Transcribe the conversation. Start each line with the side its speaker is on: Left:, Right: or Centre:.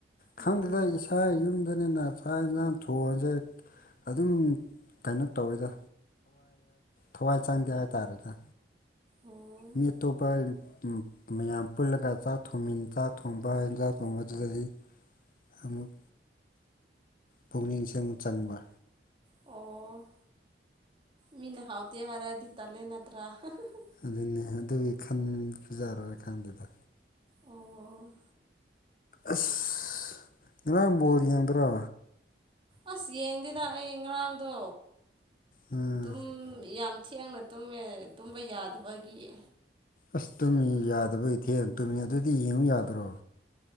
Right: ꯎꯝ
Left: ꯈꯪꯗꯦꯗ ꯏꯁꯥ ꯌꯨꯝꯗꯅꯤꯅ ꯆꯥꯛ ꯌꯦꯟꯁꯥꯡ ꯊꯣꯡꯑꯁꯦ ꯑꯗꯨꯝ ꯀꯩꯅꯣ ꯇꯧꯋꯤꯗ ꯊꯋꯥꯏ ꯆꯪꯗꯦ ꯍꯥꯏ ꯇꯥꯔꯦꯗ
Right: ꯑꯣ
Left: ꯃꯤ ꯑꯇꯣꯞꯄ ꯃꯌꯥꯝ ꯄꯨꯜꯂꯒ ꯆꯥꯛ ꯊꯣꯡꯃꯤ ꯆꯥꯛ ꯊꯣꯡꯕ ꯏꯟꯖꯥꯛ ꯊꯣꯡꯕꯗꯨꯗ ꯗꯤ ꯑꯃꯨꯛ ꯄꯨꯛꯅꯤꯡ ꯆꯪ ꯆꯪꯕ
Right: ꯑꯣ ꯃꯤꯅ ꯍꯥꯎꯇꯦ ꯍꯥꯢꯔꯥꯗꯤ ꯇꯜꯂꯦ ꯅꯠꯇ꯭ꯔꯥ ꯍꯥꯍꯥꯍꯥ
Left: ꯑꯗꯨꯅꯦ ꯑꯗꯨꯒꯤ ꯈꯟꯕ ꯖꯥꯔꯣꯢ ꯈꯪꯗꯦꯗ
Right: ꯑꯣ
Left: ꯑꯁ ꯉꯔꯥꯡ ꯕꯣꯜ ꯌꯦꯡꯗꯔꯣ
Right: ꯑꯁ ꯌꯦꯡꯗꯦꯗ ꯑꯩ ꯉꯔꯥꯡꯗꯣ
Left: ꯎꯝ
Right: ꯇꯨꯝ ꯌꯥꯝ ꯊꯦꯡꯅ ꯇꯨꯝꯃꯦ ꯇꯨꯝꯕ ꯌꯥꯗꯕꯒꯤ
Left: ꯑꯁ ꯇꯨꯝꯃꯤ ꯌꯥꯗꯕꯩ ꯊꯦꯡ ꯇꯨꯝꯃꯤ ꯑꯗꯨꯗꯤ ꯌꯦꯡꯉꯨ ꯌꯥꯗ꯭ꯔꯣ